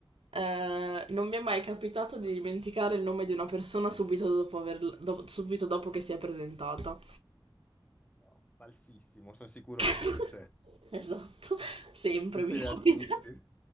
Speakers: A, on the right; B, on the left.
A: eh, non mi è mai capitato di dimenticare il nome di una persona subito dopo, averl- do- subito dopo che si è presentata.
B: No, falsissimo, sono sicuro
A: <laughs>
B: che ti è successo.
A: Esatto, sempre
B: Succede
A: mi capita.
B: a tutti.